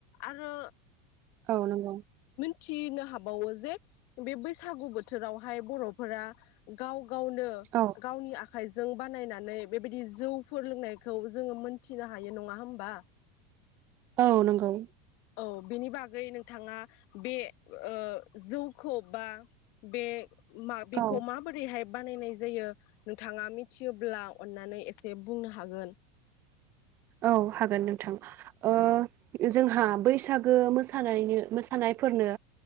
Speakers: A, on the left (about 55°); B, on the right (about 40°).
A: आरो
B: औ नंगौ।
A: न्थिनो हाबावो जे बे बैसागु बोथोरावहाय बर'फोरा गाव गावनो
B: औ
A: गावनि आ खाइजों बानायनानै बेबायदि जौफोर लोंनायखौ जोङो मोन्थिनो हायो नङा होमबा।
B: औ नंगौ
A: औ बेनि बागै नोंथाङा। बे ओ जौखौ बा बे मा बेखौ
B: औ
A: माबोरैहाय बानायनाय जायो नोंथाङा मिथियोब्ला अननानै एसे बुंनो हागोन।
B: औ हागोन नोंथां। ओ जोंहा बैसागो मोसानायनि मोसानायफोरनो